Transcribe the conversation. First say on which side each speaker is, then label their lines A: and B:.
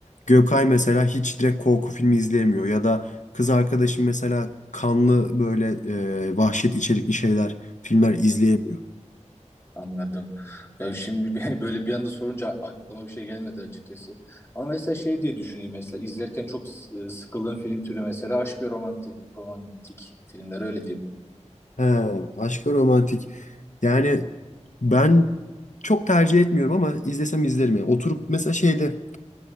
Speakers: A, on the left; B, on the left.
A: Gökay mesela hiç direkt korku filmi izleyemiyor ya da kız arkadaşım mesela kanlı böyle e, vahşet içerikli şeyler, filmler izleyemiyor.
B: anladım. Ya şimdi bir- <laughs> böyle bir anda sorunca aklıma bir şey gelmedi açıkçası. Ama mesela şey diye düşüneyim mesela izlerken çok s- sıkıldığım film türü mesela aşk ve romantik, romantik filmler öyle diyeyim.
A: He, aşkı romantik. Yani ben çok tercih etmiyorum ama izlesem izlerim yani. Oturup mesela şeyde